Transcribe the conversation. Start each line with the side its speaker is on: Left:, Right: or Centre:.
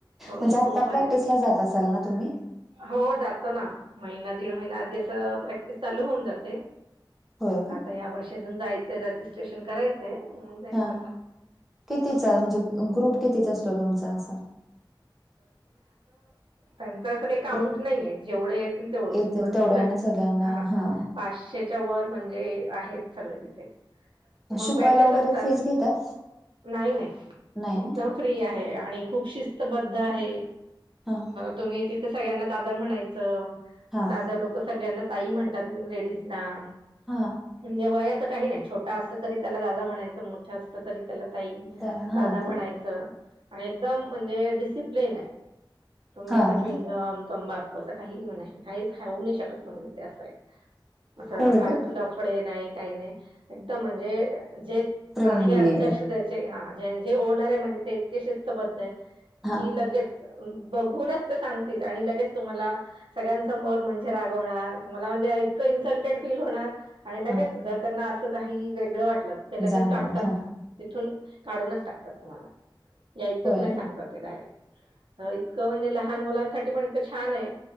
Right: हो
Centre: म्हणजे आता
Right: खूप मज्जा
Centre: प्रॅक्टिसला
Right: ये
Centre: जात असाल ना तुम्ही
Right: हो जातो ना महिना दिड महिना आधी अस प्रॅक्टिस चालू होऊन जाते
Centre: होय का
Right: आता ह्या वर्षी अजून जाय रजिस्ट्रेशन करायचंय मग जायचं
Centre: हा.
Right: आता
Centre: कितीचा म्हणजे ग्रुप कितीचा आसतोय तुमचा असा
Right: त्यांचा असं काही काउंट
Centre: ग्रुप
Right: नाही आहे जेवढे येतील तेवढे
Centre: येतील
Right: भरपूर
Centre: तेवढ्यांना
Right: आहेत
Centre: सगळ्यांना हा
Right: पाचशे त्याच्या वर म्हणजे आहेत सगळे तिथे मग
Centre: शिकवायला
Right: बॅचेस
Centre: वगैरे
Right: असतात
Centre: फीज घेतात
Right: नाही नाही एकदम
Centre: नाही ना
Right: फ्री आहे आणि खूप शिस्तबद्ध आहे
Centre: हा
Right: तुम्ही ति तर सगळ्यांना दादा म्हणायचं
Centre: हा
Right: दादा लोक सगळ्यांना ताई म्हणतात लेडीजला
Centre: हा
Right: म्हणजे वयाच काही नाही छोटा असलं तरी त्याला दादा म्हणायचं मोठ अस तरी त्याला ताई
Centre: दा हा
Right: दादा म्हणायचं
Centre: ताई
Right: आणि एकदम म्हणजे डिसिप्लिन आहे तुम्ही
Centre: हा
Right: सचविंगम
Centre: का
Right: तोंबा ू असं काही नाही काहीच खाऊ नाही शकत त म्हणजि तेें आहे असं
Centre: होय
Right: फालतू
Centre: का
Right: लफडे नाही काही नाही एकदम म्हणजे जे
Centre: फ्रेंडली
Right: आहे अध्यक्ष
Centre: एकदम
Right: त्याचे हा ज जे ओनर आहे म्हणजे ते इतके शिस्तबद्ध आहे
Centre: हा
Right: की लगेच बघूनच ते सांगतील आणि लगेच तुम्हाला सगळ्यां समोर म्हणजे रागवणार तुमला म्हणजे इतकं इन्सल्टेड फील होणार आणि लगेच
Centre: हा
Right: जर त्यांना असं काही वेगळं वाटलं तर लगेच
Centre: जाणवलं
Right: काढतात
Centre: हा
Right: तिथून काढूनच टाकतात तुम्हाला यायचंच
Centre: होय
Right: नाही
Centre: ना
Right: सांगत ते डायरेक्ट इतकं म्हणजे लहान मुलांसाठी पण इतकं छान आहे